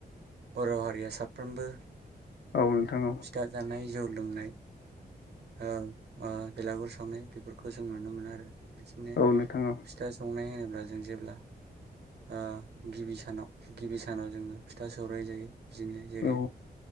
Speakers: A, on the right; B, on the left.
A: बर हारिया साफ्रोमबो
B: औ नोंथां औ
A: फिथा जानाय, जौ लोंनाय, औ। ओ बेलागुर सावनाय बेफोरखौ जों नुनो मोनो आरो। बिदिनो
B: औ नोंथां औ
A: फिथा संनाय होनो ब्ला जों जेब्ला ओ गिबि सानाव गिबि सानाव जोङो फिथा सौराय जायो। बिदिनो जेरै
B: औ